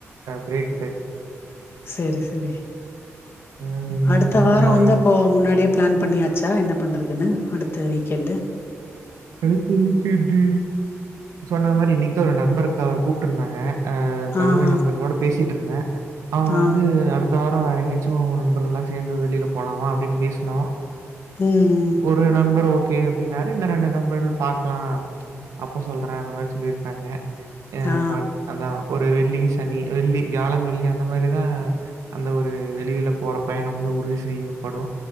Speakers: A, on the right; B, on the left.
A: பிரேக் விட்டாச்சு
B: சேரி சேரி
A: ம்
B: அடுத்த வாரோ
A: ஆமா,
B: வந்து
A: எங்
B: அப்போ முன்னாடியே பிளான் பண்ணியாச்சா என்ன பண்றதுன்னு அடுத்த வீக்கெண்டு
A: அடுத்த வீக் என்டு சொன்ன மாரி இன்னைக்குதா ஒரு நண்பர் கூப்ட்ருந்தாங்க கல்லூரி
B: ஆ ஆ
A: நண்பர்களோட பேசிட்டு இருந்தே அவ
B: ஆ
A: வந்து அடுத்த இத்த வாரோ வேற எங்கயாச்சு நண்பர்கள்ல்லா சேந்து வெளிலப் போலாமா அப்டின் பேச்னோ
B: ம்
A: ஒரு நண்பர் ஓகே அப்டின்னாரு இன்னு ரெண்டு நண்பர் பாக்லா அப்ப சொல்றே அந்த மாரி சொல்லிருக்காங்க ஏ
B: ஆ
A: அதா ஒரு வெள்ளி சனி வெள்ளி வியாழன் வெள்ளி அந்த மாதிரிதா அந்த ஒரு வெளியில போற பயணோ வந்து உறுதி செய்யப்படு